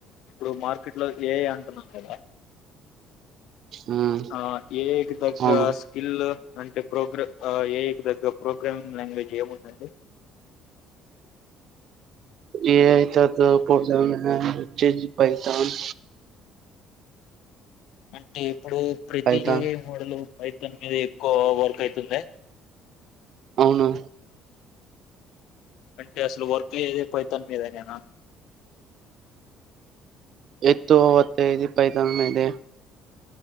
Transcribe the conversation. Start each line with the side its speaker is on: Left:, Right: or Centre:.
Left: ఇప్పుడు మార్కెట్ లో ఏఐ అంటున్నాం కదా
Right: ఉమ్
Left: ఆ ఏఐ తగ్గ
Right: అవును
Left: స్కిల్ అంటే ప్రోగ్రా ఏఐ తగ్గ ప్రోగ్రామింగ్ లాంగ్వేజ్ ఏముందండి
Right: ఏఐ తగ్గ ప్రోగ్రాం లాంగ్వేజ్ వచ్చేసి పైథాన్
Left: అంటే ఇప్పుడు ప్రతిది
Right: పైథాన్
Left: ఏఐ మోడల్ పైథాన్ మీద ఎక్కువ వర్క్ అయితుంద
Right: అవును
Left: అంటే అసలు వర్క్ ఏఐ పైథాన్ మీదనేనా
Right: ఎక్కువ వర్క్ అయ్యేది పైథాన్ మీదే